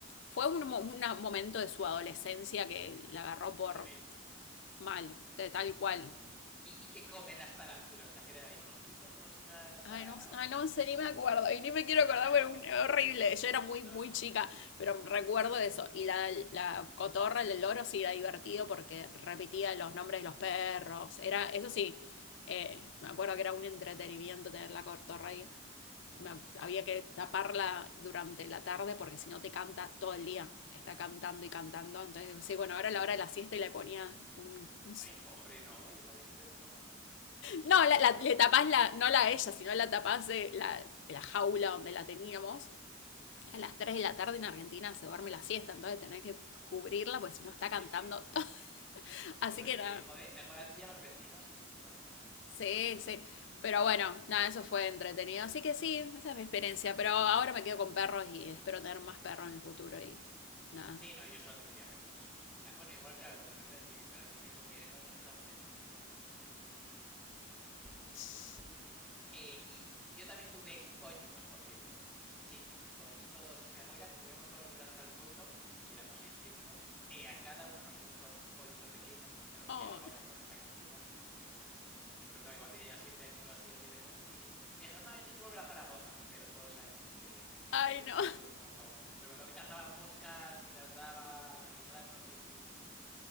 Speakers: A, on the left; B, in the centre.
A: Fue un, mo- una- momento de su adolescencia que la agarró por
B: Rebelde.
A: mal, de tal cual.
B: ¿Y, y qué comen las tarántulas? O sea, ¿qué le dabais? ¿Mosquitos, moscas? Ah,
A: Ay, no, ay,
B: o-
A: no sé, ni me acuerdo. Y ni me quiero
B: Ya,
A: acordar,
B: mejor.
A: pero es horrible. Yo era muy,
B: No,
A: muy
B: no.
A: chica, pero recuerdo eso. Y la, la cotorra, el loro, sí era divertido porque repetía los nombres de los perros. Era, eso sí, eh, me acuerdo que era un entretenimiento tener la cotorra ahí. Me ac- había que taparla durante la tarde porque si no te canta todo el día. Está cantando y cantando. Entonces,
B: Ostras.
A: sí, bueno, ahora a la hora de la siesta y le ponía un, un
B: Ay, pobre, ¿no? Y estabais sin ver... Bueno, eh, sí, es
A: no,
B: lo que
A: la-
B: toca,
A: la- le
B: claro.
A: tapás la, no la ella, sino la tapás de la, la jaula donde la teníamos. A las 3 de la tarde en Argentina se duerme la siesta, entonces tenés que cubrirla, porque si no está cantando
B: Sí, sí.
A: todo. <laughs> Así
B: Todo
A: que
B: el
A: nada,
B: día y jode, te jode a ti y a los vecinos y se van a quejar. Y
A: sí,
B: no, no queremos
A: sí.
B: eso.
A: Pero bueno, nada, eso fue entretenido. Así que sí, esa es mi experiencia. Pero ahora me quedo con perros y espero tener más perros en el futuro y nada.
B: Sí, no, yo solo tendría perros. O sea, bueno, igual, claro, cuando crezca si para él mi hijo quiere, para no un hámster, pues para, toma un hámster y, y- y ya está, mientras no
A: Tss.
B: se lo coma Milo. Eh, y yo también tuve pollitos, por cierto. Sí, pollitos. Mi abuela, como íbamos todos los veranos al pueblo y éramos seis primos, eh, a cada uno nos compró un pollito pequeño, pero
A: Oh,
B: que luego acabaron en la cazuela. Yo eso lo descubrí, pero claro, igual tenía ya siete años o así, o seis años, y me dijeron, no, ya tienes que volver a Zaragoza, pero todos sabemos ese,
A: ay,
B: ese
A: no.
B: pollito como cabo. Pero me acuerdo que cazaba moscas y se las daba y granos, sí, sí, sí, sí.